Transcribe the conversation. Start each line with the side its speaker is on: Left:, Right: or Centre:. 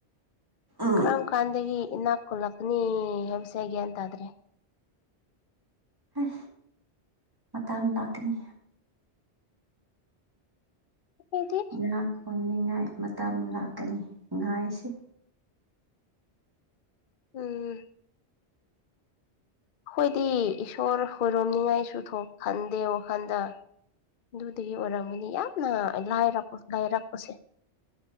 Right: ꯎꯝ
Left: ꯀꯔꯝ ꯀꯥꯟꯗꯒꯤ ꯏꯅꯥꯛ ꯈꯨꯜꯂꯛꯀꯅꯤ ꯍꯥꯏꯕꯁꯦꯒꯌꯥꯟ ꯇꯗ꯭ꯔꯦ
Right: ꯍꯥꯏ ꯃꯇ ꯑꯃ ꯂꯥꯛꯀꯅꯤ
Left: ꯑꯩꯗꯤ
Right: ꯉꯥ ꯈꯣꯟꯅꯤꯡꯉꯥꯏ ꯃꯇꯝ ꯂꯥꯛꯀꯅꯤ ꯉꯥꯏꯁꯤ
Left: ꯎꯝ ꯑꯩꯈꯣꯏꯗꯤ ꯏꯁꯣꯔ ꯍꯔꯣꯝꯅꯤꯉꯥꯏꯁꯨ ꯈꯟꯗꯦ ꯋꯥꯈꯟꯗ ꯑꯗꯨꯗꯒꯤ ꯑꯣꯏꯔꯝꯒꯅꯤ ꯌꯥꯝꯅ ꯂꯥꯏꯔꯛꯄ ꯂꯥꯏꯔꯛꯄꯁꯦ